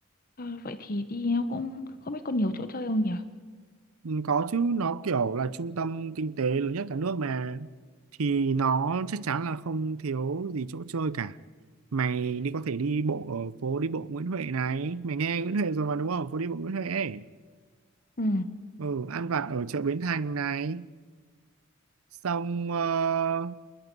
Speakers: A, on the left; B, on the right.
A: Ờ, vậy thì đi nó cũng không biết có nhiều chỗ chơi không nhỉ?
B: Ừ, Có chứ nó kiểu là trung tâm kinh tế lớn nhất cả nước mà thì nó chắc chắn là không thiếu gì chỗ chơi cả mày đi có thể đi bộ ở phố đi bộ Nguyễn Huệ này mày nghe Nguyễn Huệ rồi mà đúng không phố đi bộ Nguyễn Huệ ấy.
A: Ừ.
B: ừ ăn vặt ở chợ Bến Thành này xong ờ,